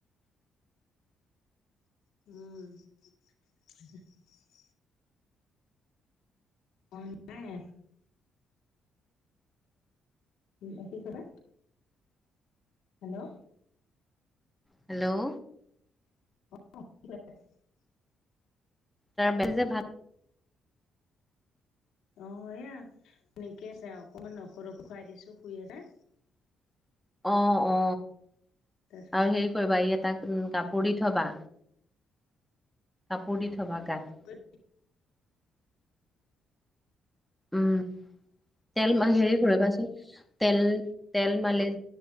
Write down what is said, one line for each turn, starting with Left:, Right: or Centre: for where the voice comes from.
Left: উম অ' নাই। উ কি কলে হেল্ল'
Centre: হেল্ল'
Left: অ
Centre: তাৰ বাবে যে ভাল
Left: অৱ এয়া সনেকেই আছে অকমান নহৰু খুৱাই দিছো দুই এটা
Centre: <inaudible> অ অ
Left: তাৰপিছত
Centre: আৰু হেৰি কৰিবা ই এটাক কাপোৰ দি থবা কাপোৰ দি থবা গাত
Left: আৰু
Centre: উম। তেল- হেৰি কৰিবাচোন। তেল তেল মালিচ